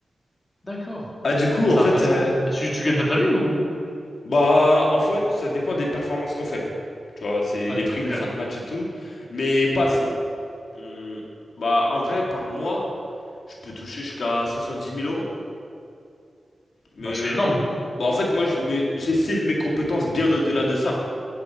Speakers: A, on the left; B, on the left.
A: D'accord.
B: Ah, du coup,
A: C'est
B: en fait,
A: intéressant.
B: euh,
A: Et tu, tu gagnes pas ta vie ou?
B: bah, en fait, ça dépend des performances qu'on fait. Tu vois, c'est
A: Ok.
B: les primes
A: Ok.
B: de fin de match et tout, mais pas assez. On- Bah, en vrai, par mois, je peux toucher jusqu'à 70 000 euros. Mais
A: Bah c'est
B: euh,
A: énorme.
B: bah, en fait, moi, je mets- j'estime mes compétences bien au-delà de ça,